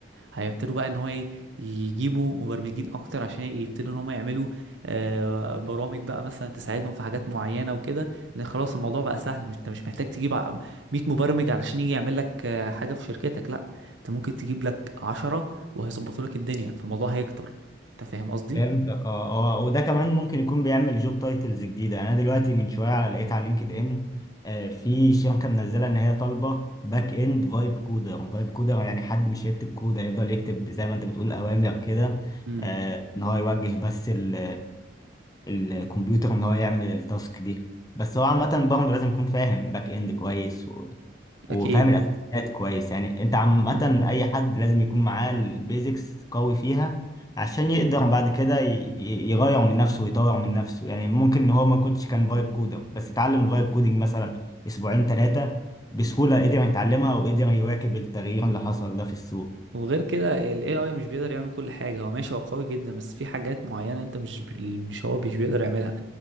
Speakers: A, on the right; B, on the left.
A: وهيبتدوا بقى ان هو ايه يجيبوا مبرمجين اكتر عشان يبتدوا ان هم يعملوا آه، برامج بقى مثلا تساعدهم في حاجات معينه وكده لان خلاص الموضوع بقى سهل مش انت مش محتاج تجيب ع- 100 مبرمج علشان يجي يعمل لك آه، حاجه في شركتك لا انت ممكن تجيب لك 10 وهيظبطوا لك الدنيا فالموضوع هيكتر انت فاهم قصدي
B: فهمت اه اه وده كمان ممكن يكون بيعمل جوب تايتلز جديده يعني انا دلوقتي من شويه على لقيت على لينكد ان آه، في شركه منزله ان هي طالبه باك اند فايب كودر فايب كودر يعني حد مش هيكتب كود هيفضل يكتب زي ما انت بتقول اوامر كده
A: امم
B: آه، ان هو يوجه بس ال- الكمبيوتر ان هو يعمل التاسك دي بس هو عامه برضه لازم يكون فاهم باك اند كويس وفاهم
A: اكيد
B: الاساسيات كويس يعني انت عامه اي حد لازم يكون معاه البيزكس قوي فيها عشان يقدر بعد كده ي- ي- يغير من نفسه ويطور من نفسه يعني ممكن ان هو ما كنتش كان فايب كودر بس اتعلم الفايب كودنج مثلا اسبوعين ثلاثه بسهوله قدر يتعلمها وقدر يواكب التغيير اللي حصل ده في السوق
A: وغير كده ال AI مش بيقدر يعمل كل حاجة هو ماشي هو قوي جدا بس في حاجات معينة انت مش مش هو مش بيقدر يعملها